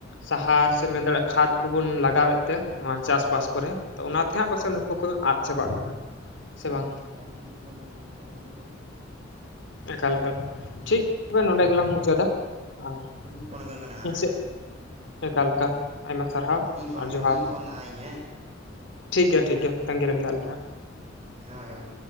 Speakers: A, on the left (about 70°); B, on the right (about 35°).
A: ᱥᱟᱦᱟᱨ ᱥᱮ ᱢᱮᱱ ᱫᱟᱲᱮᱭᱟᱜᱼᱟ ᱠᱷᱟᱛ ᱠᱚᱵᱩᱱ ᱞᱟᱜᱟᱣᱮᱫ ᱛᱮ ᱱᱚᱣᱟ ᱪᱟᱥᱵᱟᱥ᱾ ᱠᱚᱨᱮ
B: ᱦᱩᱸ
A: ᱟᱫᱚ ᱚᱱᱟᱛᱮᱦᱟᱸᱜ ᱯᱟᱥᱮᱜ
B: ᱦᱩᱸ
A: ᱱᱩᱠᱩ
B: ᱦᱩᱸ
A: ᱠᱚᱫᱚ ᱟᱸᱫ ᱪᱟᱵᱟᱜ ᱠᱟᱱᱟ ᱥᱮ
B: ᱦᱳᱭ
A: ᱵᱟᱝ᱾
B: ᱦᱳᱭ ᱴᱟᱭᱤᱢ ᱦᱚᱸ ᱦᱩᱭᱩᱜ ᱠᱟᱱ ᱫᱚ ᱦᱮᱸ ᱟᱸᱚᱢᱮᱫᱮ᱾
A: ᱮᱠᱟᱞ᱾
B: ᱦᱚᱸ
A: ᱴᱷᱤᱠᱮ
B: ᱦᱩᱭᱩᱜ
A: ᱱᱚᱰᱮ
B: ᱠᱟᱱ
A: ᱜᱮᱞᱟᱝ
B: ᱛᱟᱞᱟᱝᱟ
A: ᱢᱩᱪᱟᱹᱫᱟ
B: ᱟᱨ
A: ᱟᱨ
B: ᱤᱧ ᱯᱷᱳᱱ ᱟᱵᱮᱱ ᱠᱟᱱᱟ ᱦᱟᱸᱜ
A: ᱤᱧ ᱥᱮᱫ᱾
B: ᱦᱮᱸ
A: ᱮᱠᱟᱞᱮᱠᱟ ᱟᱭᱢᱟ ᱥᱟᱨᱦᱟᱣ
B: ᱤᱧ ᱯᱷᱳᱱ
A: ᱟᱨ ᱡᱚᱦᱟᱨ᱾
B: ᱤᱧ ᱯᱷᱳᱱ ᱫᱟ ᱦᱟᱸᱜ ᱤᱧ ᱦᱮᱸ
A: ᱴᱷᱤᱠ ᱜᱮᱭᱟ ᱴᱷᱤᱠ ᱜᱮᱭᱟ ᱛᱟᱝᱜᱤ ᱨᱮ ᱢᱮᱱᱟᱜ ᱞᱤᱧᱼᱟ ᱦᱟᱜ᱾
B: ᱦᱮᱸᱦᱳᱭ ᱦᱳᱭ᱾